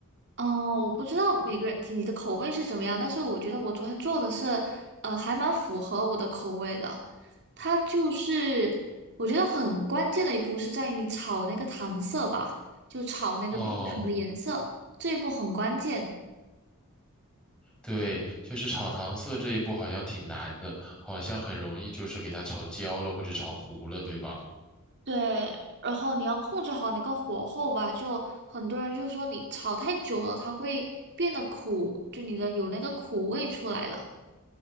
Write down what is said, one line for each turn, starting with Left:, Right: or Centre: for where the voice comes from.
Right: 哦，我不知道每个人你的口味是怎么样，但是我觉得我昨天做的是，呃，还蛮符合我的口味的。它就是我觉得很关键的一步是在于你炒那个糖色吧，就炒那个冰糖的颜色，
Centre: 哦。
Right: 这一步很关键。
Centre: 对，就是炒糖色这一步好像挺难的，好像很容易就是给它炒焦了或者炒糊了，对吧？
Right: 对，然后你要控制好那个火候吧，就很多人就说你炒太久了，它会变得苦，就你的有那个苦味出来了。